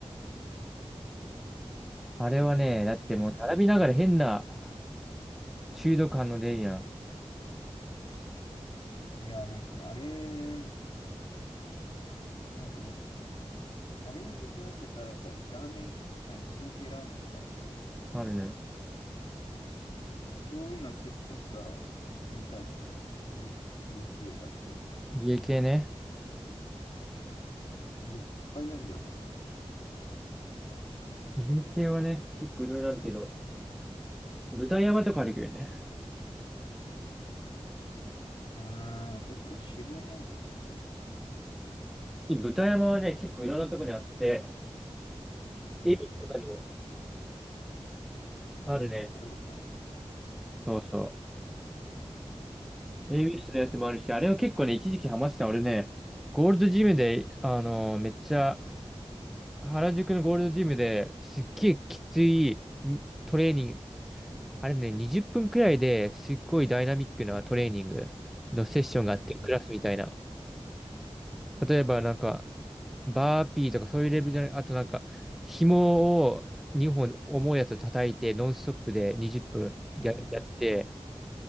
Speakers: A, in the centre; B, on the left (about 50°).
A: あれはね、だってもう並びながら変な
B: うん
A: 中毒反応出るやん。
B: いや、なんかもう、あれに、きなんかね、あれに似たなんかさ、ラーメン、何、二郎系ラーメンとかあるじゃん。
A: あるね。
B: そういうの結構さ、行ってみたいとかも、家、家系だっけ
A: 家系ね。
B: なんかいっぱいあるじゃん。
A: 家系はね、結構いろいろあるけど、豚山とかあるけどね。
B: あー、どこ、え、渋谷にあるんだっけ、それ。
A: 豚山はね、結構いろんなとこにあって、
B: うんうん
A: エビとかにもあるね。
B: うん。あるんだ。
A: そうそう。AB
B: うん
A: 室のやつもあるし、あれは結構ね、一時期ハマってた。俺ね、ゴールドジムで、あのーめっちゃ、原宿のゴールドジムですっげえきついんトレーニング、あれね、20分くらいですっごいダイナミックなトレーニングのセッションがあって、
B: うんうん。
A: クラスみたいな。例えばなんか、バーピーとかそういうレベルじゃない、あとなんか、紐を2本重いやつを叩いて、ノンストップで20分や、
B: あー、
A: やって、